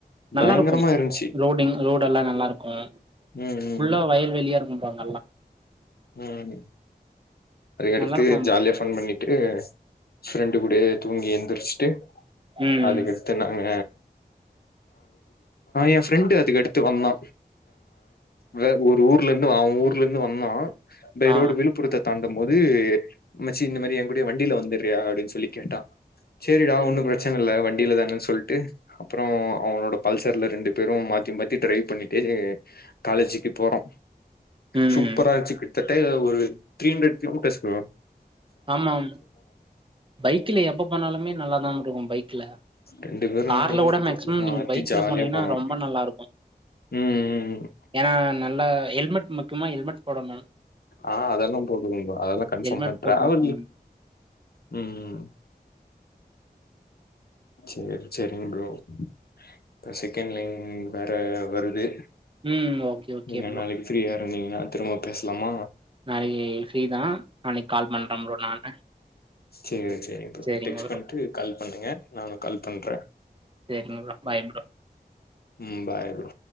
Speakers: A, on the right (about 30°); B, on the left (about 70°).
A: நல்லாருக்கும்
B: பயங்கரமா இருந்துச்சு
A: ரோடிங் ரோடெல்லா நல்லாருக்கும்
B: ம்
A: ஃபுல்லா வயல் வெளியா இருக்கும் பாங்
B: ம் அதுகடுத்து
A: நல்லா இருக்கு
B: ஜாலியா ஃபன் பண்ணிட்டு ஃப்ரெண் டுபுடியே தூங்கி எந்திரிச்சுட்டு
A: ம்
B: அது கட் நாங்க எ ப்ரெண்டு அதுக்கடுத் த்து வந்தா வே ஒரு ஊர்ல இருந்து அவ ஊர்ல இருந்து வந்தா பை
A: ஆ
B: ரோடு வீல் புருத்து தாண்டும் பேது மச்சி இந்த மாரி என்ங் கூடையே வண்டியில வந்துரியா அப்டின் சொல்லி கேட்டா செரிடா
A: ம்
B: ஒன்னு ப்ரச்சன இல்ல வண்டியில தானனு சொல்ட்டு அப்றோ அவனோட பல்சர்ல ரெண்டு பேரு மாத்தி மாத்தி டிரைவ் பண்ணிட்டே காலேஜிக்கி போறோ
A: ம்
B: சூப்பரா இருந்ச்சு கிட்த்தட்ட ஒரு த்ரீ ஹண்ட்ரட் கிலோமீட்டர்ஸ் ப்ரோ
A: ஆமாம் பைக்ல எப்ப போனாலுமே நல்லாதாம் இருக்கு பைக் க்ல
B: ரெண்டு பேரு
A: கார்ல
B: ஹெல்மெட்
A: கூட
B: போட்டு
A: மேக்சிமம்
B: மாத்தி
A: நீங்க பைக்ல
B: ஜாலியா
A: போனீங்கன்னா
B: போனோ
A: ரொம்ப நல்லா இருக்கோ
B: ம் ம் ம்
A: ஏனா நல்லா எல்மெட் முக்கிய்மா எல்மெட் போடணு
B: ஆ அதெல்லா போடுவபா அதெல்லா கன்ஃபார்ம்மா
A: ஹெல்மெட் போட்னு
B: டிராவல்
A: போனு
B: ம் செர் செரிங்க ப்ரோ இப்ப செகண்ட் லைன் வேற வருது
A: ம் ஓகே ஓகே
B: நீங்க
A: ப்ரோ.
B: நாளைக்கி ஃப்ரீயா இருந்தீங்ன்னா திரும்ப பேசலாமா
A: நாளைக்கி ஃபிரீதா நாளைக் கால் பண்றே ப்ரோ நானு
B: சேர் செரி ப்ரோ
A: சரிங்க
B: டெக்ஸ்ட்
A: ப்ரோ.
B: பண்ணிட்டு கால் பண்ணுங்க நானு கால் பண்றே
A: எட்நூர்வா பாய் ப்ரோ
B: ம் பாய் ப்ரோ